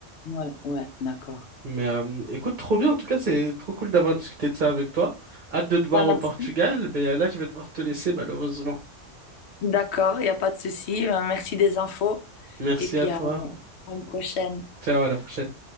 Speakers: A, on the left; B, on the right.
A: Ouais, ouais, d'accord.
B: Mais euh, écoute, trop bien. En tout cas, c'est trop cool d'avoir discuté de ça avec toi. Hâte de te voir
A: Bah, merci.
B: au Portugal. Mais euh, là, je vais devoir te laisser malheureusement.
A: D'accord, il n'y a pas de souci. Euh, Merci des infos.
B: Merci
A: Et puis
B: à toi.
A: à à une prochaine.
B: Ciao, à la prochaine.